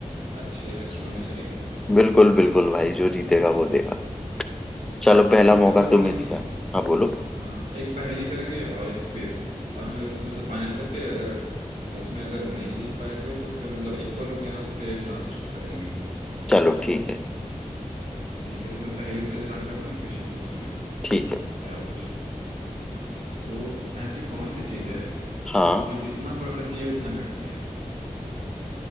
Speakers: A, on the right; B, in the centre.
A: अच्छे रेस्टोरेंट में चलेंगे
B: बिल्कुल बिल्कुल भाई जो जीतेगा वो देगा
A: हाँ
B: चलो पहला मौका
A: मैं बोल रहा
B: तुम्हें
A: हूँ ना कि
B: दिया हाँ बोलो
A: हाँ एक पहेली करेंगे और एक क्विज और फिर उसमें से फाइनल करके अगर उसमें अगर नहीं जीत पाया कोई तो फिर मतलब इक्वल हो गया ना तो फिर एक लास्ट कर लेंगे हम लोग
B: चलो ठीक है
A: ठीक है तो मैं पहेली से स्टार्ट करता हूँ क्वेश्चन पूछता हूँ एक
B: ठीक है
A: फिर आप पूछना तो ऐसी कौन सी चीज़ है
B: हाँ
A: जो जितना बढ़ती है उतना घटती है